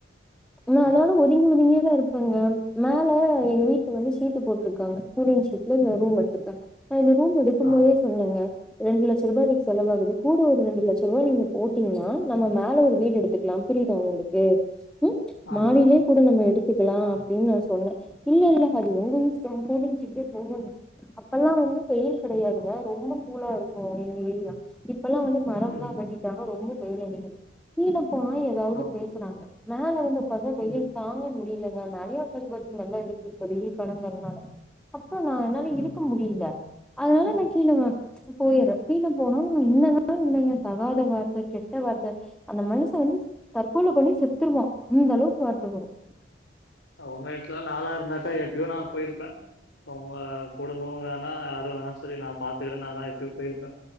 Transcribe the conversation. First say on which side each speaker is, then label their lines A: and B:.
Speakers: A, in the centre; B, on the left.
A: நா
B: ஓ,
A: அதோட ஒரு நீங்களும் இங்கேதா இருப்பேங்க மேல எங்க வீட்ல வந்து ஷீட்டு போட்ருக்காங்க கூலிங் ஷீட்ல ரூம் எடுத் திருக்காங்க நா இந்த ரூம் எடுக்கும்
B: ஆ,
A: போதே சொன்னங்க ரெண்டு லட்ச ரூபா இதுக்கு செலவாகுது கூட ஒரு ரெண்டு லட்சம் ரூபா நீங்க போட்டீங்கன்னா நம்ம மேல ஒரு வீடு எடுத்து க்லாம் புரியுதா உங்களுக்கு உம்
B: ஆமா,
A: மாடிலயே
B: ஆமா.
A: கூட நம்ம எடுத் த்துக்கலா அப்படின்னு நா சொன்ன இல்ல இல்ல அது உங்க இஷ்டம் <unintelligible> அப்பெல்லா வந்து வெயில் கிடையாதுங்க ரொம்ப கூலா இருக் ஓவர் வெயில்தா இப்பெல்லா வந்து மரம்
B: ம்,
A: எல்லா வெட்டிட்டாங்க ரொம்ப வெயில் அடிக்குது கீழ போனா ஏதாவது
B: ஓகே.
A: பேசறாங்க மேல வந்து உக்காந்தா வெயில்
B: ம்,
A: தாங்க முடியலங்க நறியா <unintelligible> <unintelligible> நா என்னால
B: ம். ம்.
A: இருக்க முடியில அதனால நா கீழ வந் போயிரு கீழ போனா இன்னதான்னு இல்லங்க தகாத வார்த்த கெட்ட வார்த்த அந்த மனுச வந்து தற்கொலை பண்ணி செத்துருவா அந்த அளவுக்கு வார்த்த வரும்
B: உங்க எடத்துல நால்லா இருந்தாக்கா எப்பயோ நா போயிருப்பே உங்க குடும்பமு வேணா யாரும் வேணா சொல்லி நா பாத்துக்கிறே நால்லா எப்பயோ போயிருப்பே